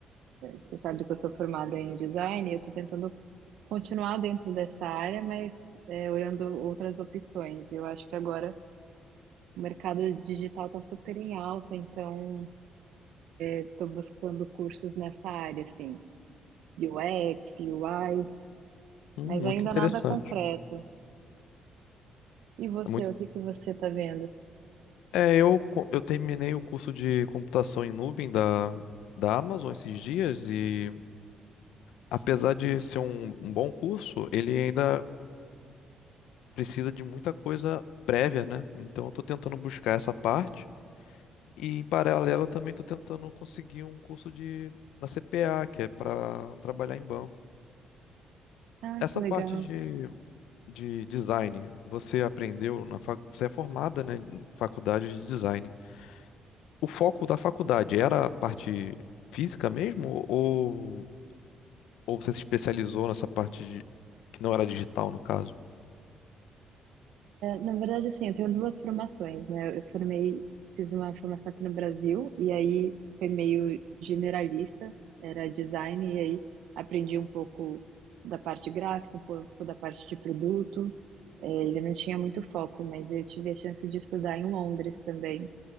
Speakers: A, on the right; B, on the left.
A: Você sabe que eu sou formada em design e eu estou tentando continuar dentro dessa área, mas é, olhando outras opções. Eu acho que agora o mercado digital está super em alta, então eu estou buscando cursos nessa área, assim, UX, UI,
B: Hum,
A: mas
B: muito
A: ainda
B: interessante.
A: nada concreto. E você,
B: É, muito...
A: o que que você está vendo?
B: é, eu, co- eu terminei o curso de computação em nuvem da, da Amazon esses dias e, apesar de ser um um bom curso, ele ainda precisa de muita coisa prévia, né? Então eu tô tentando buscar essa parte e em paralelo eu também tô tentando conseguir um curso de na CPA, que é para trabalhar em banco.
A: Ah,
B: Essa
A: que legal.
B: parte de, de design, você aprendeu na fac... você é formada, né, em faculdade de design. O foco da faculdade era a parte física mesmo ou Ou você se especializou nessa parte de... que não era digital, no caso?
A: Na verdade, assim, eu tenho duas formações, né? Eu formei, fiz uma formação aqui no Brasil e aí foi meio generalista, era design, e aí aprendi um pouco da parte gráfica, um pouco da parte de produto. É, ele não tinha muito foco, mas eu tive a chance de estudar em Londres também.